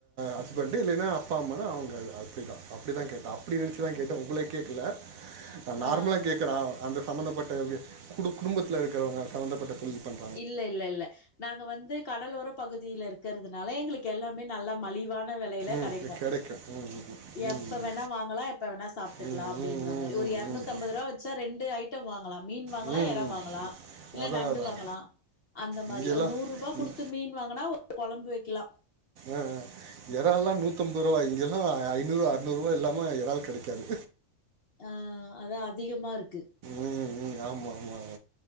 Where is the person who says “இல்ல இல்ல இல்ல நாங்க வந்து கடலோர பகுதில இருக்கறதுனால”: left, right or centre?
Left